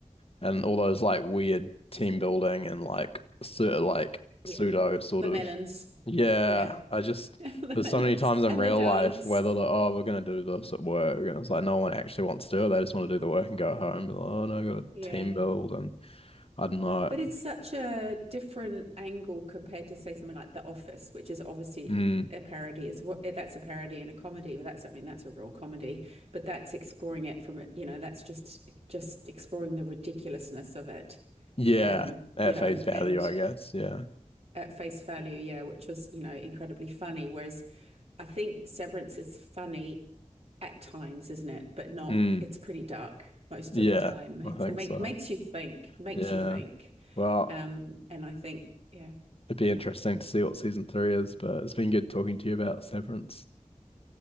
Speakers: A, on the left; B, on the right.
A: and all those like weird team building and like sort of like
B: Yeah.
A: pseudo sort
B: The
A: of
B: melons.
A: yeah
B: Yeah. <laughs>
A: I just
B: And
A: there's so many times in real
B: the dance.
A: life where they're like oh we're gonna do this at work and it's like no one actually wants to do it they just want to do the work and go home they oh no I got a
B: Yeah.
A: team build and I don't know
B: But it's such a different angle compared to, say, something like The Office, which is obviously
A: mm,
B: a parody Is what That's a parody and a comedy. Well, that's, I mean, that's a real comedy, but that's exploring it from it, you know, that's just just exploring the ridiculousness of it.
A: yeah
B: Um,
A: at
B: you know,
A: face value
B: and
A: I guess yeah
B: at face value, yeah, which was, you know, incredibly funny. Whereas I think Severance is funny at times, isn't it? But not,
A: mm,
B: it's pretty dark most
A: yeah
B: of the time. It
A: I think
B: so make,
A: so
B: makes you think, makes
A: yeah
B: you think.
A: well
B: Um, and I think, yeah.
A: it'd be interesting to see what season three is but it's been good talking to you about Severance